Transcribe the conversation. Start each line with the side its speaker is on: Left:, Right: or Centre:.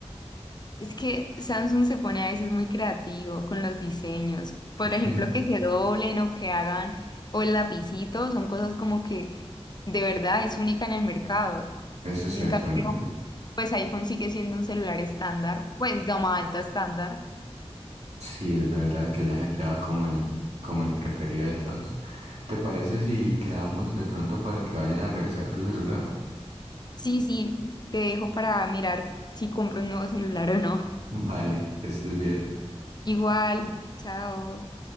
Left: Es que Samsung se pone a veces muy creativo con los diseños. Por
Right: <laughs>
Left: ejemplo, que se doblen o que hagan, o el lapicito, son cosas como que de verdad es única en el mercado.
Right: Eso es cierto,
Left: En cambio,
Right: el-
Left: pues iPhone sigue siendo un celular estándar, pues gama alta estándar.
Right: sí es verdad que ya se queda como el, como el preferido de todos. ¿Te parece si quedamos de pronto para que vayan a revisar tu celular?
Left: Sí, sí, te dejo para mirar si compro un nuevo celular o no.
Right: <laughs> Vale, que estés bien.
Left: <laughs> Igual, chao.